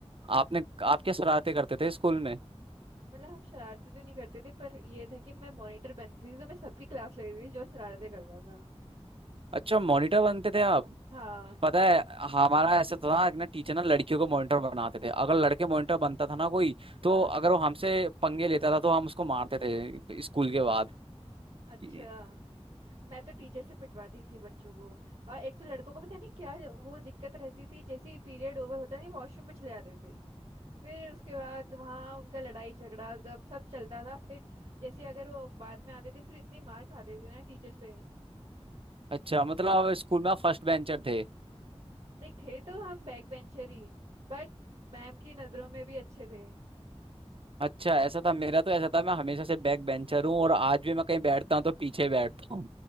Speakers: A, on the right; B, on the right.
A: आपने आप क्या शरारतें करते थे स्कूल में
B: मतलब हम शरारती तो नहीं करते थे पर ये था कि मैं मॉनिटर बनती थी तो मैं सबकी क्लास लेती थी जो शरारतें करता था
A: अच्छा मॉनिटर बनते थे
B: हाँ
A: पता है हमारा ऐसा था ना ना टीचर ना लड़कियों को मॉनिटर बनाते थे अगर लड़के मॉनिटर बनता था ना कोई तो
B: हाँ
A: अगर वो हमसे पंगे लेता था तो हम उसको मारते थे स्कूल के बाद
B: अच्छा
A: ये-
B: मैं तो टीचर से पिटवाती थी बच्चों को और एक तो लड़कों को पता नहीं क्या वो दिक्कत रहती थी जैसे ही पीरियड ओवर होता नहीं वॉशरूम में चले जाते थे फिर उसके बाद वहाँ उनका लड़ाई झगड़ा जब सब चलता था फिर जैसे अगर वो बाद में आते थे फिर इतनी मार खाते थे ना टीचर से
A: अच्छा मतलब स्कूल में आप फर्स्ट बेंचर थे
B: नहीं थे तो हम बैक बेंचर ही बट मैम की नजरों में भी अच्छे थे
A: अच्छा ऐसा था मेरा तो ऐसा था मैं हमेशा से बैक बेंचर हूँ और आज भी मैं कहीं बैठता हूँ तो पीछे बैठता हूँ